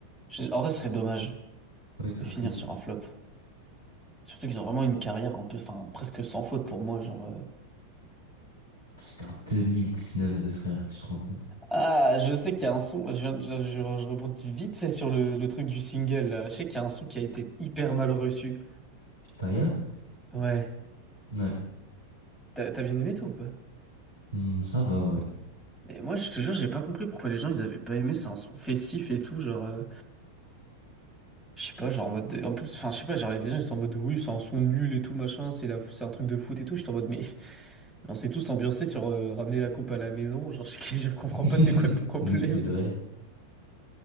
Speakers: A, in the centre; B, on the right.
A: Je- En vrai, ce serait dommage
B: Ouais, ce
A: de
B: serait
A: finir
B: triste.
A: sur un flop. Surtout qu'ils ont vraiment une carrière un peu, enfin, presque sans faute pour moi, genre... euh.
B: C'était en 2019, de frère, tu te rends compte.
A: Ah, je sais qu'il y a un son, je, viens de- je, je- je rebondis vite fait sur le, le truc du single, là. Je sais qu'il y a un son qui a été hyper mal reçu.
B: Taya?
A: Ouais.
B: Ouais.
A: T'as t'as bien aimé, toi, ou pas?
B: Hmm, ça va, ouais.
A: Mais moi, je te jure, j'ai pas compris pourquoi les gens ils avaient pas aimé. C'est un son festif et tout, genre, euh, je sais pas, genre en mode. de- En plus, enfin, je sais pas, genre, des gens ils sont en mode de, oui, c'est un son nul et tout, machin, c'est la... c'est un truc de foot et tout. J'étais en mode, mais, mais on s'est tous ambiancés sur euh, ramener la coupe à la maison. Genre, je, <laughs> je comprends
B: <laughs>
A: pas, c'est quoi le problème.
B: Oui, c'est vrai.